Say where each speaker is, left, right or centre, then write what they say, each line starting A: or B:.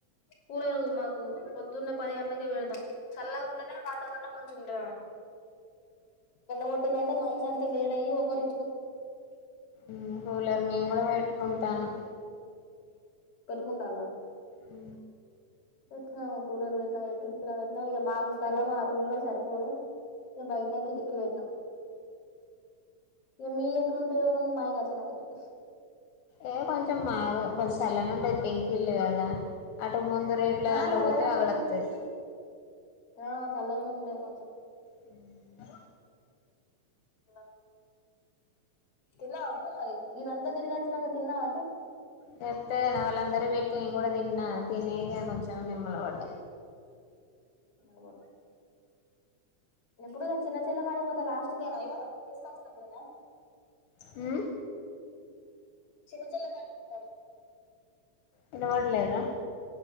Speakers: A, on the left; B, on the left.
A: కూలరు మా కు పొద్దున్నే పది గంట్లకే పెడదతాం చల్లగా ఉంటేనే వాతావరణం మన్ ఎండ కొట్టిందంటే మనిషి అంతా వేడయ్యి ఒకరి
B: ఊ కూలర్ మే గుడా పెట్టుకుంటాన్నం
A: పెట్టుకుంటాల్లా
B: ఊ
A: పెట్టినం కూలర్ పెట్టినం కిటికీలో పెట్నాం ఇగ మాకు స్థలం ఆ రూము లో సరిపోదు, ఇగ బయట కిటిక్కి పెట్నం. ఇగ మీయి ఎట్లుంటయో మాయి గట్లనే ఉంటయి.
B: ఏ కొంచెం మాగా కొంచెం చల్లనే ఉంటది పెంకిల్లు కదా అ ముందు రేకుల
A: ఆ
B: దాంట్ల
A: చల్లగానే
B: పోతే అగడత్తది
A: ఉంటది ఆ చల్లగానే ఉంటది కొంచెం
B: ఊ
A: హలో తిన్వవ పిల్ల మరి ఇదంతా తిరిగొచ్చినంగ తిన్నావ
B: నప్పే నా వాళ్ళందరూ పెట్టి నను గూడా తిన్న తినేగా కొంచెం నిమ్మలవడ్డ
A: నిమ్మల <unintelligible> ఎప్పుడూ ఆ చిన్న చెల్లె కాడి పోతా లాస్ట్ గద ఇగో తీసుకొచ్చినప్పుడేనా
B: ఉ
A: చిన్న చెల్లె కాడిక్ పోవాలె
B: ఇన వడ్లేరా